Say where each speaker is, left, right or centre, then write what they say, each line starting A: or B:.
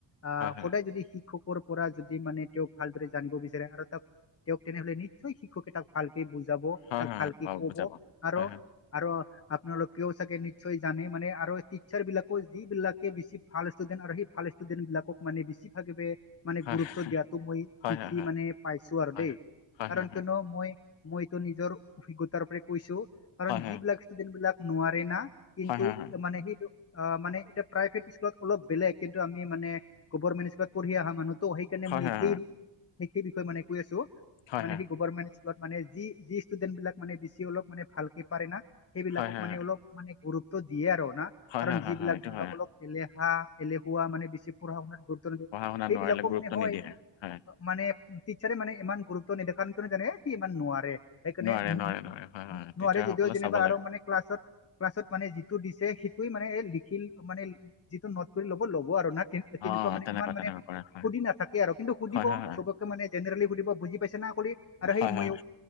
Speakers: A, on the left (about 30°); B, on the left (about 75°).
A: আহ
B: হয় হয়
A: সদায় যদি শিক্ষকৰ পৰা যদি মানে তেওঁক ভালদৰে জানিব বিচাৰে আৰু তাক তেনেহ'লে নিশ্চয় শিক্ষকে তাক ভালকে বুজাব
B: হয়
A: তাক
B: হয়
A: ভালকে
B: পাওঁ
A: ক'ব
B: বুজা পাওঁ
A: আৰু
B: হয় হয়
A: আৰু আপোনালোকেও চাগে নিশ্চয় জানে মানে আৰু টিচাৰবিলাকো যিবিলাক বেছি ভাল ষ্টুডেণ্ট আৰু সেই ভাল ষ্টুডেণ্ট বিলাকক মানে বেছি ভাগবে মানে
B: হয়
A: গুৰুত্ব দিয়াটো মই
B: হয়
A: দিখি
B: হয় হয়
A: মানে পাইছো আৰু
B: হয়
A: দেই।
B: হয় হয়
A: কাৰণ
B: হয়
A: কিয়নো মই মই এইটো নিজৰ অভিজ্ঞতাৰ পৰা কৈছো কাৰণ
B: হয় হয়
A: যিবিলাক ষ্টুডেন্টবিলাক নোৱাৰে না <unintelligible>
B: হয় হয় হয় হয়
A: মানে সেইটো অ' মানে এতিয়া প্ৰাইভেট স্কুলত অলপ বেলেগ কিন্তু আমি মানে গভাৰ্মেণ্ট স্কুলত পঢ়ি অহা মানুহ ত' সেইকাৰণে মই
B: হয় হয়
A: সেই সেই বিষয়ে মানে কৈ আছো।
B: হয়
A: মানে সেই গভাৰ্মেণ্ট স্কুলত মানে যি যি ষ্টুডেণ্টবিলাক মানে বেছি অলপ মানে ভালকে পাৰে না সেইবিলাকক
B: হয় হয় হয় হয় হয়
A: মানে অলপ মানে গুৰুত্ব দিয়ে আৰু না।
B: হয়,
A: কাৰণ
B: হয়,
A: যিবিলাক
B: হয়, এইটো
A: যেনিবা
B: হয়
A: অলপ এলেহা এলেহুৱা মানে বেছি পঢ়া শুনাত গুৰুত্ব নিদিয়ে।
B: পঢ়া-শুনা
A: সেইবিলাকো
B: নোৱাৰিলে গুৰুত্ব
A: মানে হয়
B: নিদিয়ে হা।
A: মানে টিচাৰে মানে ইমান গুৰুত্ব নিদে কাৰণ কিয়নো জানে সি ইমান নোৱাৰে। সেইকাৰণে
B: নোৱাৰে
A: উ
B: নোৱাৰে নোৱাৰে হয় হয়
A: উ
B: টিচাৰ
A: নোৱাৰে যদিও
B: সকলে
A: যেনিবা
B: চাব লাগে
A: আৰু মানে। ক্লাছত ক্লাছত মানে যিটো দিছে সেইটোৱে মানে লিখিল মানে যিটো নট কৰি ল'ব ল'ব আৰু না তেনেকুৱা
B: অ
A: মানে ইমান মানে
B: তেনেকুৱা কৰে হয়
A: সুধি নাথাকে আৰু কিন্তু সুধিব
B: হয় হয় হয়
A: চবকে মানে জেনেৰেলি সুধিব বুজি বুজি পাইছা না ক'লে আৰু
B: হয়
A: সেই
B: হয়
A: মইও
B: হয়,